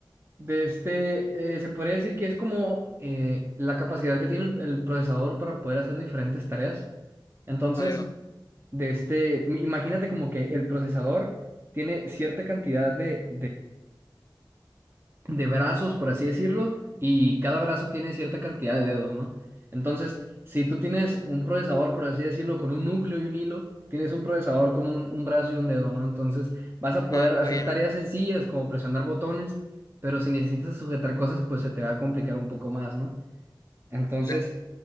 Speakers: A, on the right (about 30°); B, on the left (about 45°).
A: De este, eh, se podría decir que es como eh, la capacidad que tiene el, el procesador para poder hacer diferentes tareas. Entonces,
B: Ahí va.
A: de este, mi- imagínate como que el procesador tiene cierta cantidad de, de brazos, por así decirlo, y cada brazo tiene cierta cantidad de dedos, ¿no? Entonces, si tú tienes un procesador, por así decirlo, con un núcleo y un hilo, tienes un procesador con un, un brazo y un dedo, ¿no? Entonces, vas a
B: Ah,
A: poder hacer
B: bien,
A: tareas
B: bien,
A: sencillas como presionar botones, pero si necesitas sujetar cosas, pues se te va a complicar un poco más, ¿no? Entonces,
B: claro.